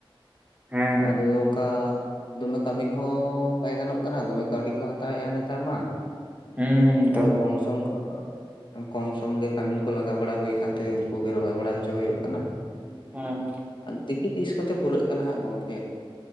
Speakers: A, on the right; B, on the left.
A: ᱦᱮᱸ ᱦᱮᱸ
B: ᱟᱫᱚ ᱚᱱᱠᱟᱼᱼ ᱫᱚᱢᱮ ᱠᱟᱹᱢᱤᱱ ᱦᱚᱸ ᱵᱟᱭ ᱜᱟᱱᱚᱜ ᱠᱟᱱᱟ ᱫᱚᱢᱮ ᱠᱟᱹᱣᱰᱤ ᱠᱚ ᱦᱟᱛᱟᱣ ᱮᱫᱼᱟ ᱱᱮᱛᱟᱨ ᱢᱟ᱾
A: ᱦᱩᱸᱻ
B: ᱟᱫᱚ ᱠᱚᱢ ᱥᱚᱢ ᱠᱚ ᱠᱚᱢ ᱥᱚᱢ ᱜᱮ ᱠᱟᱹᱢᱤ ᱠᱚ ᱞᱟᱜᱟᱣ ᱵᱟᱲᱟ ᱦᱩᱭ ᱠᱟᱱᱛᱮ ᱩᱱᱠᱩ ᱜᱮ ᱨᱚᱦᱚᱭ ᱵᱟᱲᱟ ᱦᱚᱪᱚ ᱦᱩᱭᱩᱜ ᱠᱟᱱᱟ᱾
A: ᱦᱩᱸ᱾
B: ᱟᱨ ᱫᱤᱠᱤ ᱛᱤᱥ ᱠᱚᱛᱮ ᱯᱩᱨᱟᱹᱜ ᱠᱟᱱᱟ ᱦᱟᱸᱜ ᱜᱚᱢᱠᱮᱼᱼ